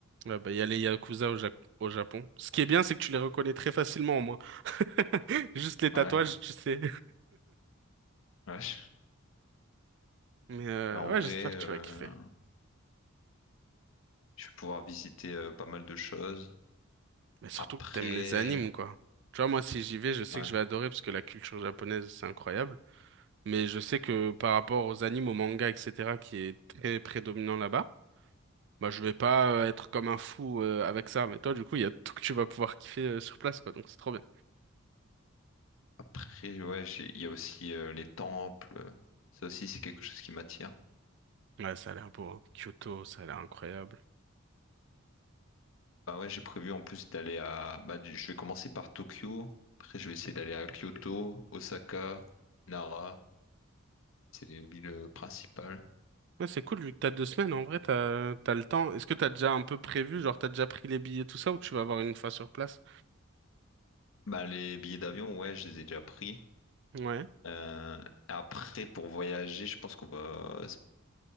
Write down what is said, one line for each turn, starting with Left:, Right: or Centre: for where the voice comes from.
Right: ouais, bah, il y a les yakuza au, Ja- au Japon. Ce qui est bien, c'est que tu les reconnais très facilement, au moins. <laughs> Juste les tatouages,
Left: Ouais,
Right: tu sais.
Left: ouais. je-
Right: Mais euh,
Left: Mais en
Right: ouais,
Left: vrai,
Right: j'espère
Left: euh,
Right: que tu vas kiffer.
Left: je vais pouvoir visiter euh, pas mal de choses.
Right: Mais surtout
Left: Après,
Right: que t'aimes les animes, quoi. Tu vois, moi, si j'y vais, je sais
Left: ouais,
Right: que je vais adorer parce que la culture japonaise, c'est incroyable. Mais je sais que par rapport aux animes, aux mangas, etc., qui est très prédominant là-bas, bah je vais pas euh, être comme un fou euh, avec ça. Mais toi, du coup, il y a tout que tu vas pouvoir kiffer euh, sur place, quoi. Donc c'est trop bien.
Left: après, ouais, j'ai- il y a aussi euh, les temples. Ça aussi, c'est quelque chose qui m'attire.
Right: Ouais, ça a l'air beau, hein. Kyoto, ça a l'air incroyable.
Left: Bah ouais, j'ai prévu en plus d'aller à... Bah, du- je vais commencer par Tokyo, après je vais essayer d'aller à Kyoto, Osaka, Nara, c'est les villes principales.
Right: Ouais, c'est cool, vu que t'as deux semaines, en vrai, t'as, t'as le temps. Est-ce que t'as déjà un peu prévu, genre t'as déjà pris les billets, tout ça, ou tu vas avoir une fois sur place?
Left: Bah les billets d'avion, ouais, je les ai déjà pris.
Right: Ouais,
Left: Euh, Après, pour voyager, je pense qu'on va s-